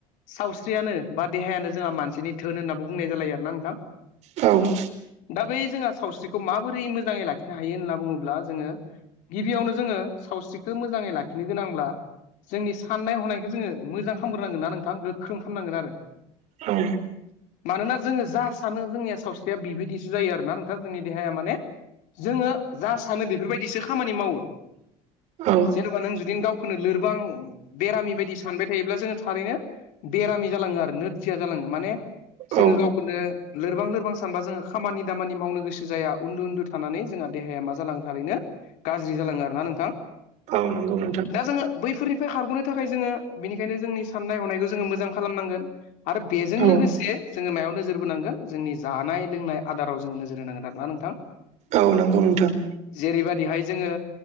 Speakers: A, on the left; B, on the right.
A: सावस्रियानो बा देहायानो जोंहा मानसिनि धोन होननाबो बुंनाय जालायो आरोना नोंथां।
B: औ।
A: दा बै जोंहा सावस्रिखौ माबोरै मोजाङै लाखिनो हायो होनना बुङोब्ला जोङो गिबियावनो जोङो सावस्रिखौ मोजाङै लाखिनो गोनांब्ला जोंनि साननाय हनायखौ जोङो मोजां खामग्रोनांगोन ना नोंथां गोख्रों खालामनांगोन आरो।
B: औ।
A: मानोना जोङो जा सानो जोंनिया सावस्रिया बिबायदिसो जायो आरोना नोंथां जोंनि देहाया माने जोङो जा सानो बेफोरबायदिसो खामानि मावो।
B: औ।
A: जेनेबा नों जुदि गावखौनो लोरबां बेरामि बायदि सानबाय थायोब्ला जोङो थारैनो बेरामि जालाङो आरो नोरजिया जालाङो माने जोङो
B: औ
A: गावखौनो लोरबां लोरबां सा सानबा जोङो खामानि दामानि मावनो गोसो जाया। उन्दु उन्दु थानानै जोंहा देहाया मा जालाङो थारैनो गाज्रि जालाङो आरो ना नोंथां।
B: औ नंगौ नोंथां।
A: दा जोङो बैफोरनिफ्राय खारग'नो थाखाय जोङो बेनिखायनो जोंनि साननाय हनायखौ जोङो मोजां खालामनांगोन। आरो बेजों
B: औ
A: लोगोसे जोङो मायाव नोजोर बोनांगोन जोंनि जानाय लोंनाय आदाराव जोङो नोजोर होनांगोन आरोना नोंथां।
B: औ नंगौ नोंथां।
A: जेरैबादिहाय जोङो